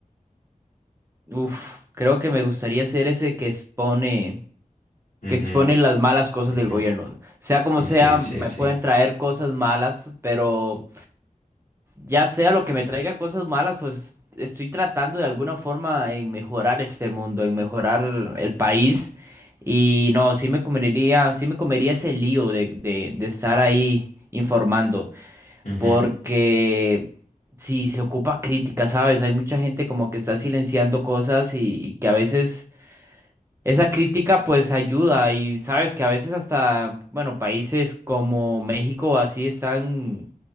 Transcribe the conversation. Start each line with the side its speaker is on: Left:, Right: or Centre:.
Right: Uf, creo que me gustaría ser ese que expone,
Left: Ujú,
Right: que expone las malas cosas
Left: ujú.
Right: del gobierno. Sea como
Left: Y
Right: sea,
Left: Sí, sí,
Right: me
Left: sí.
Right: pueden traer cosas malas, pero Ya sea lo que me traiga cosas malas, pues estoy tratando de alguna forma en mejorar este mundo, en mejorar el país. Y no, sí me comería, sí me comería ese lío de, de, de estar ahí informando.
Left: Ujú,
Right: Porque sí se ocupa crítica, ¿sabes? Hay mucha gente como que está silenciando cosas y, y que a veces esa crítica pues ayuda. Y sabes que a veces hasta, bueno, países como México o así están